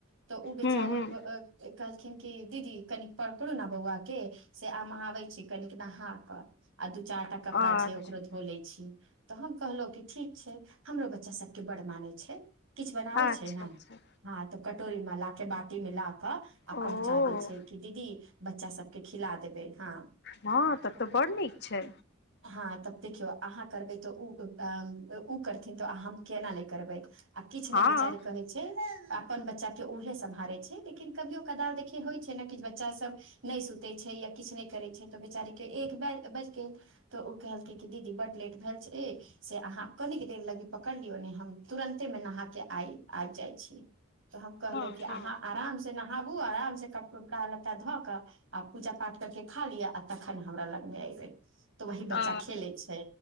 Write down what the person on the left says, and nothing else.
हूँ हूँ
अच्छा
अच्छा
अच्छा
ओ
हाँ तब ते बड़ नीक छै।
हँ
हँ
हँ
आ